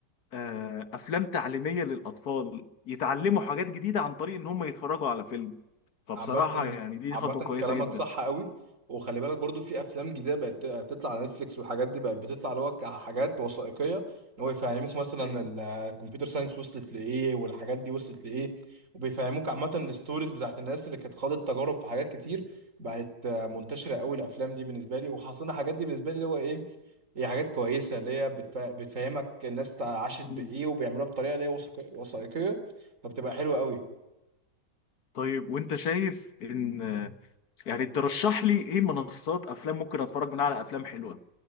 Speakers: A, on the left (about 65°); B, on the right (about 45°).
A: آه، افلام تعليميه للاطفال يتعلموا حاجات جديده عن طريق ان هم يتفرجوا على فيلم فبصراحه
B: عامة
A: يعني دي
B: عامة
A: خطوه كويسه
B: كلامك
A: جدا
B: صح قوي وخلي بالك برضو في افلام جديده بقت تطلع على نتفليكس والحاجات دي بقت بتطلع اللي هو كحاجات وثائقيه ان هو يفهموك مثلا
A: ايوه
B: الكمبيوتر ساينس وصلت لايه والحاجات دي وصلت لايه وبيفهموك عامه الستوريز بتاعت الناس اللي كانت خاضت تجارب في حاجات كتير بقت منتشره قوي الافلام دي بالنسبه لي وحصلنا الحاجات دي بالنسبه لي اللي هو ايه هي حاجات كويسه اللي هي بتف- بتفهمك الناس عاشت
A: مم.
B: بايه وبيعملوها بطريقه اللي هي وثائق- وثائقيه فبتبقى حلوه قوي
A: طيب وانت شايف ان يعني ترشح لي ايه منصات افلام ممكن اتفرج منها على افلام حلوه